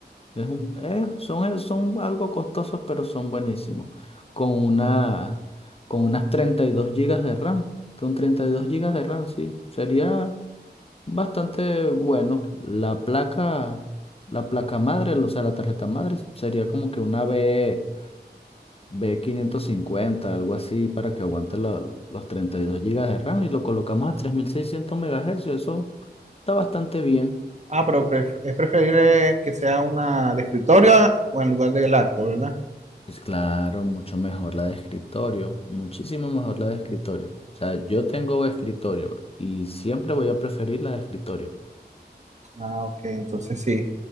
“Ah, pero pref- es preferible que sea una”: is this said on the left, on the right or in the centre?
Right